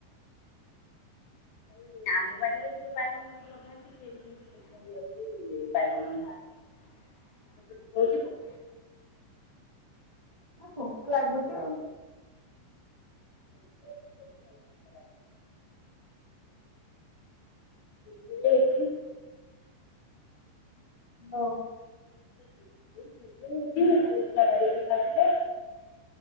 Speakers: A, on the left; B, on the right.
A: ମାନେ ଆମ ବାଡିରେ ବି ଯଉ ବାଇଗଣ ଗଛ ଲ ସିଏ ବି ସେମିତି ପୋକ ହେଇଯାଉଛି ବାଇଗଣ ବାହାରିଲେ।
B: ଏ ପୋକ ଲାଗୁଚି ଆଉ।
A: କ <unintelligible> ପିଜୁଳି ହେଇଛି
B: ହାଲୋ।
A: କି ପିଜୁଳି ହେଇଚି କାଲି ଛୁଆ ପାରିକି ଖାଉଥିଲେ।